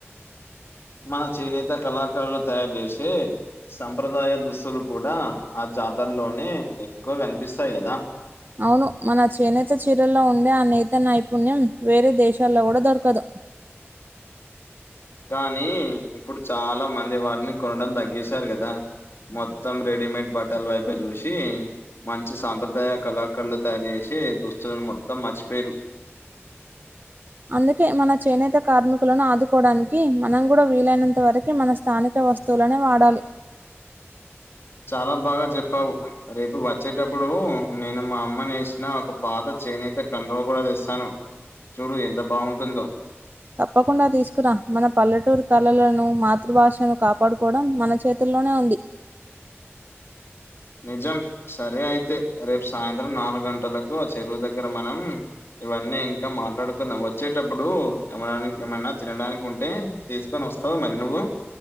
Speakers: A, on the left; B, on the right.
A: మన చేనేత కళాకారులు తయారు చేసే సంప్రదాయ దుస్తులు కూడా ఆ జాతరలోనే ఎక్కువ కనిపిస్తాయి కదా
B: అవును మన చేనేత చీరల్లో ఉండే ఆ నేత నైపుణ్యం వేరే దేశాల్లో కూడా దొరకదు
A: కానీ ఇప్పుడు చాలా మంది వాటిని కొనడం తగ్గేసారు కదా మొత్తం రెడీమేడ్ బట్టల వైపే చూసి మంచి సాంప్రదాయ కళాకారులు తయారు చేసి తే దుస్తులను మొత్తం మర్చిపోయిర్రు
B: అందుకే మన చేనేత కార్మికులను ఆదుకోవడానికి మనం కూడా వీలైనంత వరకు మన స్థానిక వస్తువులనే వాడాలి
A: చాలా బాగా చెప్పావు రేపు వచ్చేటప్పుడు నేను మా అమ్మ నేసిన ఒక పాత చే నేనైతే కండవ కూడా తెస్తాను చూడు ఎంత బావుంటుందో
B: తప్పకుండా తీసుకురాం మన పల్లెటూరు కళలను మాతృభాషను కాపాడుకోవడం మన చేతులో ల్లోనే ఉంది
A: నిజం సరే అయితే రేపు సాయంత్రం నాలుగు గంటలకు చెరువు దగ్గర మనం ఇవన్నీ ఇంకా మాట్లాడుకున్నా వచ్చేటప్పుడు ఏమ ఏమన్నా తినడానికి ఉంటే తీసుకొని వస్త వస్తవ మరి నువ్వు